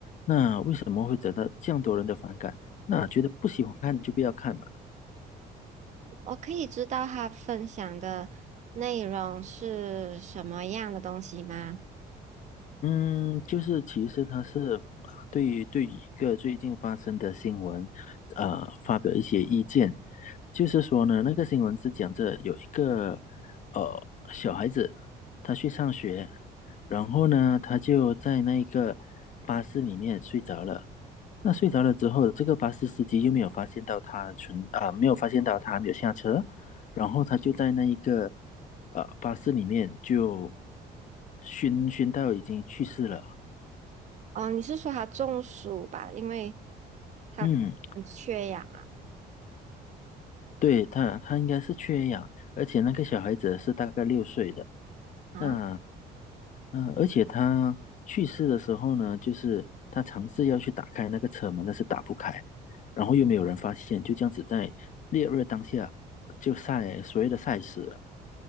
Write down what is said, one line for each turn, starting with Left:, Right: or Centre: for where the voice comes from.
Left: 那为什么会得到这样多人的反感？那觉得不喜欢看就不要看嘛。
Right: 我可以知道他分享的内容是什么样的东西吗？
Left: 嗯，就是其实他是啊对于对于一个最近发生的新闻，呃，发表一些意见。就是说呢，那个新闻是讲着有一个呃小孩子，他去上学，然后呢，他就在那个巴士里面睡着了。那睡着了之后，这个巴士司机又没有发现到他存啊、没有发现到他没有下车，然后他就在那一个呃巴士里面就熏熏到已经去世了。
Right: 哦，你是说他中暑吧？因为他
Left: 嗯，
Right: 缺氧啊
Left: 对他，他应该是缺氧，而且那个小孩子是大概六岁的。
Right: 啊！
Left: 那嗯、呃而且他去世的时候呢，就是他尝试要去打开那个车门，但是打不开，然后又没有人发现，就这样子在烈日当下就晒所谓的晒死了。